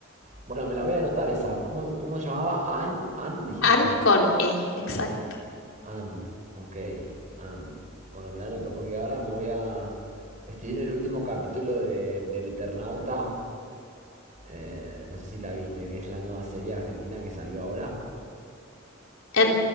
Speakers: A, on the right (about 40°); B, on the left (about 85°).
A: Bueno, me la voy a anotar esa. ¿Cómo, cómo se llamaba? Anne, Anne, dijiste.
B: Anne con E, exacto.
A: Anne, ok, Anne. Bueno, me la anoto porque ahora me voy a... Estoy en el último capítulo de, del Eternauta. Eh, no sé si la viste, que es la nueva serie argentina que salió ahora.
B: En,